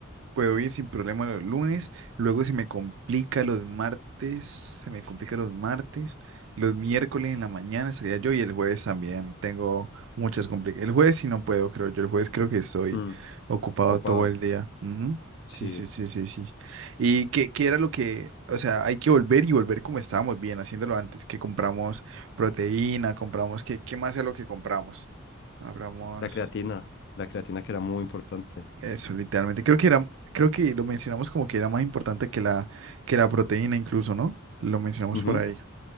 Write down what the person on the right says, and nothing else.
Puedo ir sin problema los lunes, luego se me complica los martes, se me complica los martes, los miércoles en la mañana sería yo y el jueves también tengo muchas complicaciones. El jueves sí no puedo, creo yo, el jueves creo que estoy
ocupado
todo el día. Ujú. Sí,
sí, sí, sí, sí. ¿Y qué, qué era lo que, o sea, hay que volver y volver como estábamos bien, haciéndolo antes que compramos proteína, compramos, ¿qué, qué más es lo que compramos? Compramos.
Eso, literalmente. Creo que era, creo que lo mencionamos como que era más importante que la, que la proteína incluso, ¿no? Lo mencionamos
por ahí.